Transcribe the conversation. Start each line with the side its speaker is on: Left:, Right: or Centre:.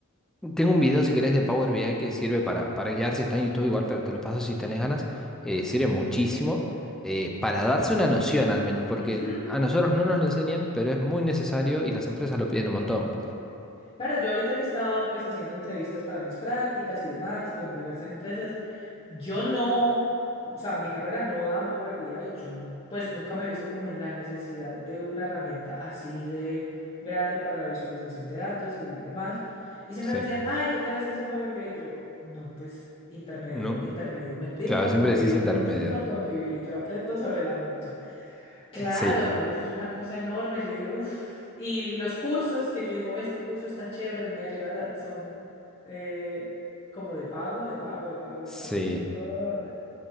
Centre: Tengo un video, si querés, de Power BI que sirve para, para guiarse. Está en YouTube igual, pero te lo paso si tenés ganas. Eh, sirve muchísimo eh, para darse una noción, al menos, porque
Left: Ujú.
Centre: a nosotros no nos lo enseñan, pero es muy necesario y las empresas lo piden un montón.
Left: Claro, yo ahorita que estaba pues haciendo entrevistas para mis prácticas y demás con diversas empresas, Yo no, o sea, mi carrera no da en Power BI, yo pues nunca me he visto como en la necesidad de una herramienta así de grande para la visualización de datos y demás. Y siempre
Centre: Sí.
Left: me decían, ay, ¿qué tal estás en Power BI? Y yo, no, pues intermedio,
Centre: No,
Left: intermedio, mentir
Centre: claro,
Left: por
Centre: siempre
Left: convivir,
Centre: decís intermedio.
Left: mentir por convivir, y yo aprendo sobre la marcha. Claro,
Centre: Eh, Sí,
Left: no, eso es una cosa enorme. Yo dije, uff. Y los cursos que yo digo, este curso está chévere, muy allegada, son eh, como de pago, de pago, de pago, de
Centre: sí.
Left: pago, de pago. Ah.